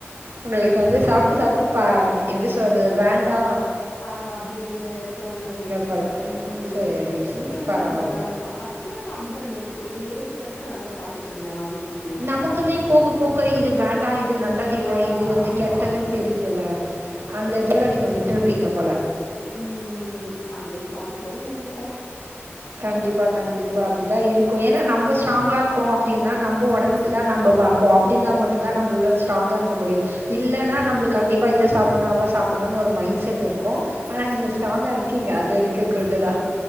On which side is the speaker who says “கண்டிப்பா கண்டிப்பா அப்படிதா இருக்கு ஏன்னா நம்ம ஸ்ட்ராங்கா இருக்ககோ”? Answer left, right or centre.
Right